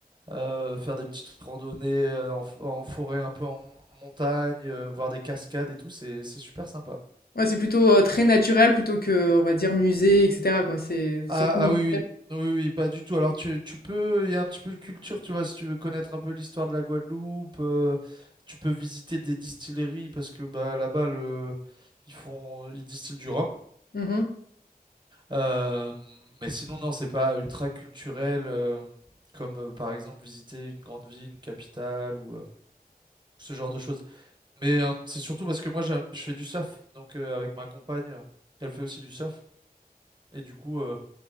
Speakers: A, on the right (about 30°); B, on the left (about 75°).
A: euh, faire des petites randonnées euh, en, f- en forêt, un peu en montagne, euh, voir des cascades et tout, c'est c'est super sympa.
B: Ouais, c'est plutôt, heu, très naturel plutôt que, on va dire musée et cetera quoi, c'est
A: Ah,
B: surtout
A: ah oui, oui, oui, oui, pas du tout. Alors tu, tu peux, il y a un petit peu de culture, tu vois, si tu veux connaître un peu l'histoire de la Guadeloupe, euh, tu peux visiter des distilleries parce que bah là-bas le, ils font, ils distillent du rhum.
B: Mmh mh.
A: Euh, mais sinon non, c'est pas ultra culturel euh, comme euh, par exemple visiter une grande ville, une capitale ou euh, ce genre de choses. Mais euh, c'est surtout parce que moi j'aime- je fais du surf, donc euh, avec ma compagne, euh, elle fait aussi du surf et du coup. euh,